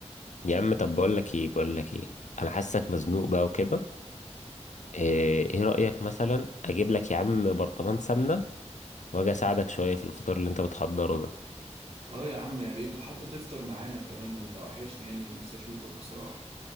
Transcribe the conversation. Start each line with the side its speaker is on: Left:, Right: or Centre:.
Left: يا عم طب بقول لك ايه بقول لك ايه انا حاسك مزنوق بقى وكده ايه إيه رأيك مثلا اجيب لك يا عم برطمان سمنة واجي اساعدك شوية في الفطار اللي انت بتحضره ده
Right: <laughs> اه يا عم يا ريت وحتى تفطر معانا كمان ده انت وحشني يعني نفسي اشوفك بصراحة